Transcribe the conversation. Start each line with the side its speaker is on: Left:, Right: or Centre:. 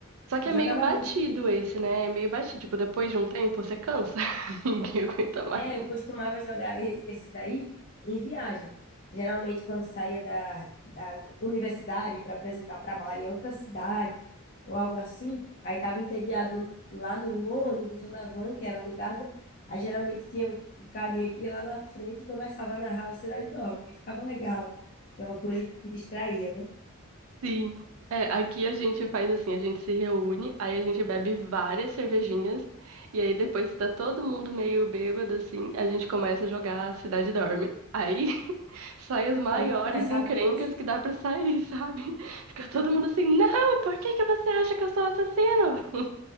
Right: Só que
Left: Jogava
Right: é meio batido
Left: muito.
Right: esse, né? É meio batido. Tipo, depois de um tempo você cansa. <laughs> Ninguém aguenta mais.
Left: É, eu costumava jogar e- esse daí em viagem. Geralmente, quando saía da, da universidade para apresentar trabalho em outra cidade ou algo assim, aí tava entediado lá no ônibus ou na van que era alugada. Aí geralmente tinha o, o carinha que ia lá na frente e começava a narrar o Cidade Dorme. Aí ficava legal, que é uma coisa que te distraía, né?
Right: Sim. É, aqui a gente faz assim, a gente se reúne, aí a gente bebe várias cervejinhas, e aí depois que tá todo mundo meio bêbado, assim, a gente começa a jogar Cidade Dorme. Aí <laughs> saem as maiores
Left: Ninguém mais sabe
Right: encrencas
Left: quem.
Right: que dá pra sair, <laughs> sabe? Fica todo mundo assim, não, por que que você acha que eu sou assassino? <laughs>